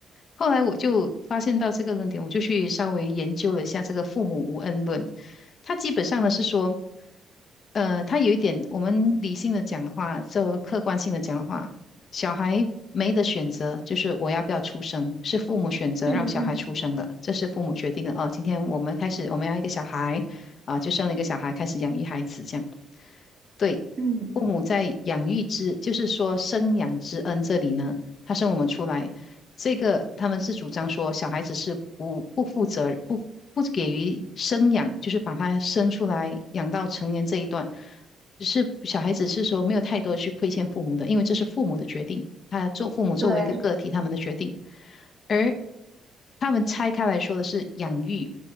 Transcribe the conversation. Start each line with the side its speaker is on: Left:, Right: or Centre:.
Left: 后来我就发现到这个论点，我就去稍微研究了一下这个父母无恩论，他基本上呢是说。呃，他有一点，我们理性的讲的话，就客观性的讲的话，小孩没得选择，就是我要不要出生，是父母选择让小孩出生的，
Right: 嗯嗯嗯，
Left: 这是父母决定的。哦，今天我们开始，我们要一个小孩，啊，就生了一个小孩，开始养育孩子，这样。对，
Right: 嗯，
Left: 父母在养育之，就是说生养之恩这里呢，他生我们出来，这个他们是主张说小孩子是不不负责、不不给予生养，就是把他生出来养到成年这一段，是小孩子是说没有太多去亏欠父母的，因为这是父母的决定，他做父母作为一个个体他们的决定，
Right: 对，
Left: 而他们拆开来说的是养育，